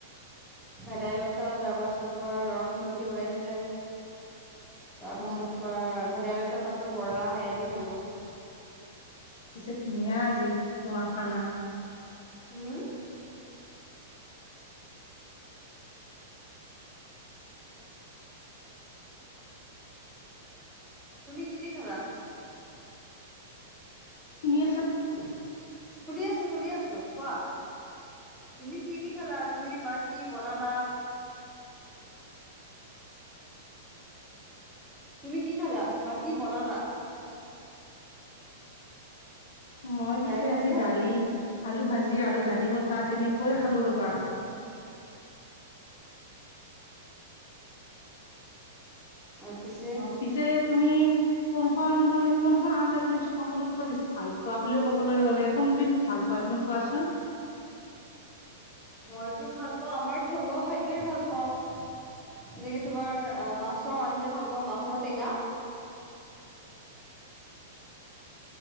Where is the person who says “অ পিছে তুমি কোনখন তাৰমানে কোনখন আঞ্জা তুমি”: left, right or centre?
Left